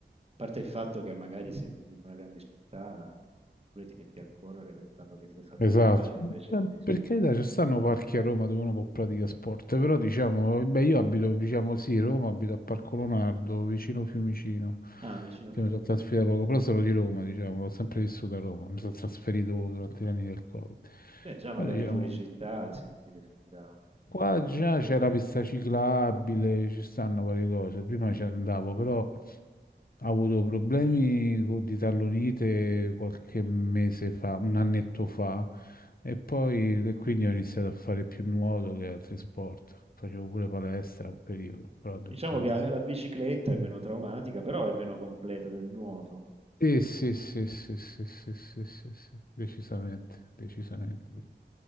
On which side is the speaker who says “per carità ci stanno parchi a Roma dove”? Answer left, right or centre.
Left